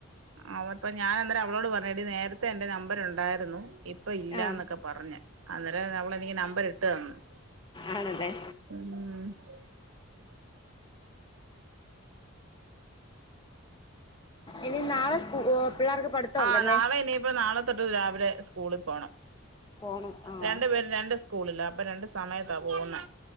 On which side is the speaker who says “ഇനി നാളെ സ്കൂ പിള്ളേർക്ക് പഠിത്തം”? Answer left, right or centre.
Left